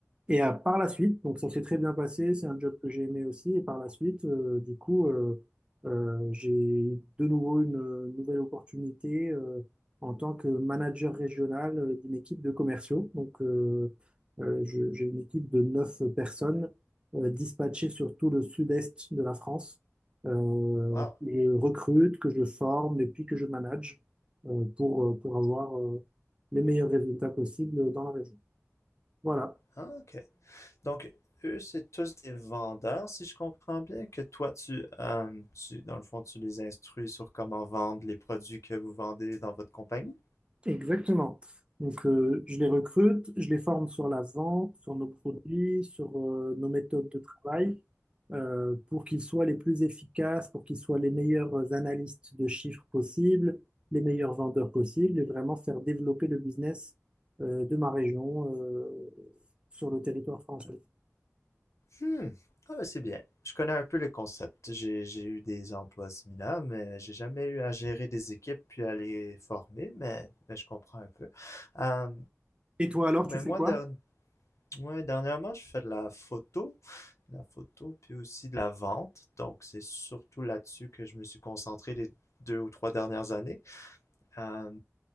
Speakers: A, on the right; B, on the left.
A: Et euh, par la suite, donc ça s'est très bien passé, c'est un job que j'ai aimé aussi. Et par la suite, euh, du coup, euh, euh, j'ai de nouveau une euh, nouvelle opportunité euh, en tant que manager régional euh, d'une équipe de commerciaux. Donc, euh, euh, je- j'ai une équipe de neuf personnes euh, dispatchées sur tout le sud-est de la France, euh,
B: Wow.
A: que je recrute, que je forme et puis que je manage euh, pour, euh, pour avoir euh, les meilleurs résultats possibles dans la région. Voilà.
B: Ah, ok. Donc, eux, c'est tous des vendeurs, si je comprends bien, que toi, tu, euh, tu, dans le fond, tu les instruis sur comment vendre les produits que vous vendez dans votre compagnie?
A: Exactement. Donc, euh, je les recrute, je les forme sur la vente, sur nos produits, sur euh, nos méthodes de travail, euh, pour qu'ils soient les plus efficaces, pour qu'ils soient les meilleurs analystes de chiffres possibles, les meilleurs vendeurs possibles, et vraiment faire développer le business euh, de ma région euh, sur le territoire français.
B: Hmm. Ah ben, c'est bien. Je connais un peu le concept. J'ai, j'ai eu des emplois similaires, mais j'ai jamais eu à gérer des équipes puis à les former, mais, mais je comprends un peu. Euh,
A: Et toi alors,
B: mais
A: tu fais
B: moi,
A: quoi?
B: der- ouais, dernièrement, je fais de la photo, de la photo, puis aussi de la vente. Donc, c'est surtout là-dessus que je me suis concentré les deux ou trois dernières années. Euh,